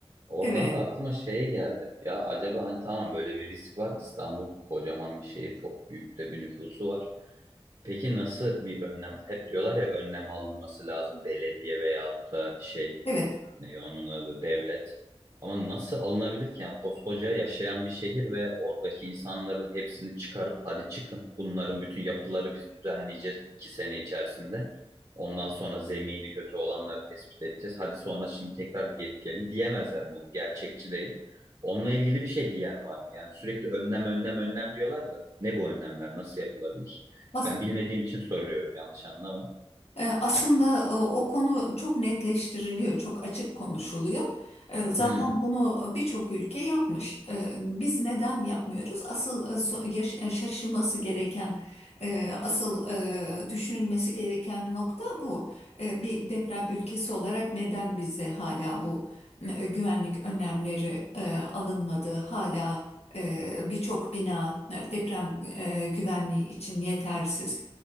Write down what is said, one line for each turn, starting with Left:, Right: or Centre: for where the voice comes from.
Right: Oradan
Left: evet,
Right: da aklıma şey geldi. Ya acaba hani tamam böyle bir risk var. İstanbul kocaman bir şehir, çok büyük de bir nüfusu var. Peki nasıl bir önlem? Hep diyorlar ya önlem alınması lazım belediye veyahut da şey
Left: evet.
Right: ne onun adı devlet. Ama nasıl alınabilir ki yani koskoca yaşayan bir şehir ve oradaki insanların hepsini çıkarıp hadi çıkın bunların bütün yapıları biz düzenleyeceğiz iki sene içerisinde. Ondan sonra zemini kötü olanları tespit edeceğiz. Hadi sonra şimdi tekrar ge- gelin diyemezler bu gerçekçi değil. Onunla ilgili bir şey diyen var mı? Yani sürekli önlem önlem önlem diyorlar da ne bu önlemler nasıl yapılabilir?
Left: As-
Right: Ben bilmediğim için soruyorum yanlış anlama.
Left: E, Aslında e, o konu çok netleştiriliyor, çok açık konuşuluyor. E, Zaten
Right: Hmm.
Left: bunu birçok ülke yapmış. E, Biz neden yapmıyoruz? Asıl e, so- yaş- e, şaşılması gereken, e, asıl e, düşünülmesi gereken nokta bu. E, Bir deprem ülkesi olarak neden bizde hala bu e, güvenlik önlemleri e, alınmadı? Hala e, birçok bina e, deprem e, güvenliği için yetersiz